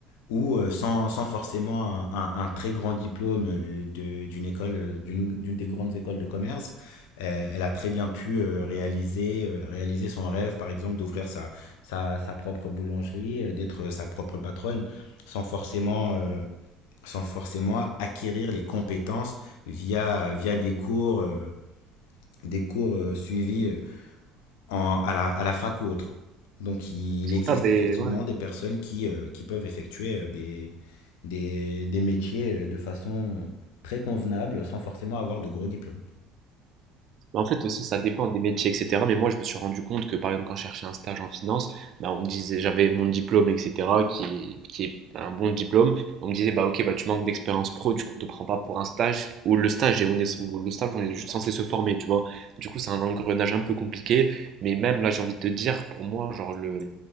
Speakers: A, on the left; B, on the right.
A: Ou euh, sans, sans forcément un, un, un très grand diplôme euh, de- d'une école, euh, d'une d'une des grandes écoles de commerce, euh, elle a très bien pu euh, réaliser, euh, réaliser son rêve, par exemple, d'ouvrir sa, sa, sa propre boulangerie, euh, d'être euh, sa propre patronne, sans forcément euh, sans forcément acquérir les compétences via, via des cours, euh, des cours euh, suivis euh, en, à, la, à la fac ou autre. Donc il
B: C'est
A: existe
B: ça, ben,
A: effectivement
B: ouais.
A: des personnes qui, euh, qui peuvent effectuer euh, des, des, des métiers euh, de façon très convenable sans forcément avoir de gros diplômes.
B: Mais en fait aussi, ça dépend des métiers, etc. Mais moi, je me suis rendu compte que, par exemple, quand je cherchais un stage en finance, bah, on me disait, j'avais mon diplôme, etc., qui, est qui est un bon diplôme. On me disait, bah ok, bah tu manques d'expérience pro, du coup, on te prend pas pour un stage, ou le stage, et on est, ou le stage, on est juste censé se former, tu vois. Du coup, c'est un engrenage un peu compliqué. Mais même là, j'ai envie de te dire, pour moi, genre le,